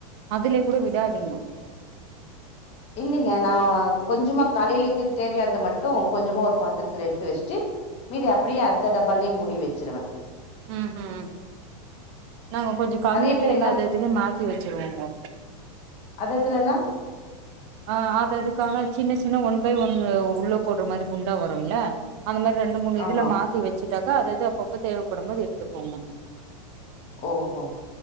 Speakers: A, on the right; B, on the left.
A: அதுலயே கூட விடாதிங்கோ
B: இல்லைங்க நான் கொஞ்சமா காலேலிக்கு தேவையானத மட்டும் கொஞ்சமா ஒரு பாத்திரத்துல எடுத்து வச்சிட்டு மீதி அப்டியே அந்த டப் பாலயே முடி வச்சிருவேன்
A: உம் ஹும் நாங்க கொஞ்சோ கலந்துட்டு
B: நெறைய பேர்
A: எல்லா
B: என்ன
A: அததுலயும் மாத்தி வச்சுருவோங்கோ
B: அது இதுலன்னா
A: ஆஹ் அது அதுக்கான சின்ன சின்ன ஒன் பை ஒன் உள்ள போடுற மாரி குண்டா வருல்ல அந்த மாரி ரெண்டு மூனு இதுல
B: ஆமா
A: மாத்தி வச்சுட்டா ப அதது அப்பப்ப தேவப்படும்போது எடுத்துகோங்க
B: ஓஹோ